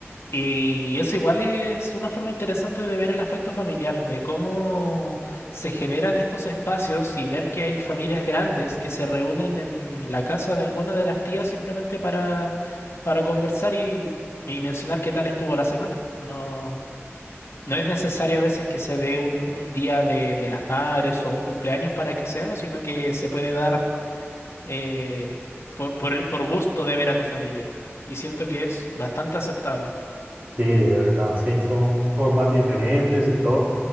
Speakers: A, on the left; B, on the right.
A: y eso igual es una forma interesante de ver el afecto familiar, de cómo se generan estos espacios y ver que hay familias grandes que se reúnen en la casa de alguna de las tías simplemente para, para conversar y, y mencionar qué tal estuvo la semana. No. No es necesario a veces que se dé un, un día de, de las madres o un cumpleaños para que se haga, sino que se puede dar eh, por, por, el- por gusto de ver a tu familia. Y siento que es bastante aceptable.
B: Sí, de verdad, sí, son formas diferentes y todo,